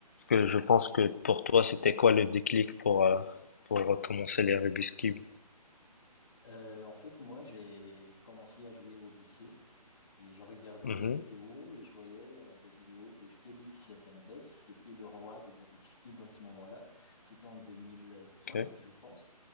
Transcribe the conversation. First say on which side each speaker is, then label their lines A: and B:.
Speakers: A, on the left (about 20°); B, on the left (about 45°).
A: Parce que je pense que pour toi, c'était quoi le déclic pour, euh, pour commencer les Rubik's Cube?
B: Euh, en fait, moi, j'ai commencé à jouer au lycée et je regardais
A: Mhm.
B: des vidéos et je voyais euh, des vidéos de Félix Zemdex. C'était le roi du Rubik's Cube à ce moment-là. C'était en 2015,
A: Ok.
B: je pense.